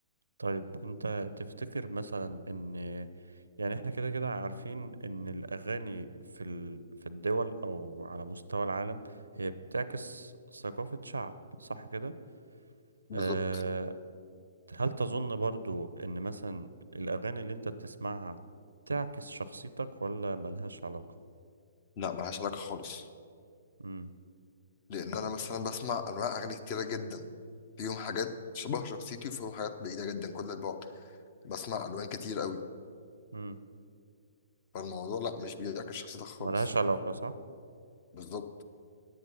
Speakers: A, on the right; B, on the left.
A: طيب انت تفتكر مثلا ان يعني احنا كده كده عارفين ان الأغاني في ال... في الدول او على مستوى العالم هي بتعكس ثقافة شعب صح كده
B: بالظبط
A: أه... هل تظن برضو ان مثلا الأغاني اللي انت بتسمعها تعكس شخصيتك ولا ملهاش علاقة
B: لا ملهاش علاقه خالص
A: امم
B: لان انا مثلا بسمع انواع اغاني كتيره جدا فيهم حاجات شبه شخصيتي وفيهم حاجات بعيده جدا كل البعد بسمع الوان كتير قوي
A: امم
B: فالموضوع لا مش بيعكس شخصيتك خالص
A: ملهاش علاقة صح
B: بالظبط